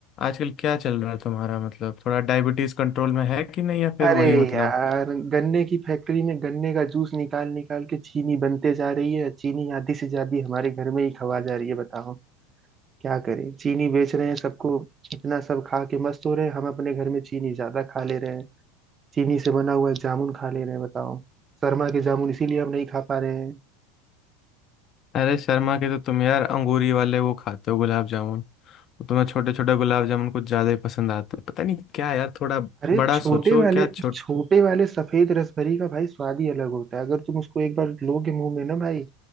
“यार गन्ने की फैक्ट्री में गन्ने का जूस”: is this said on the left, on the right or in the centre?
Right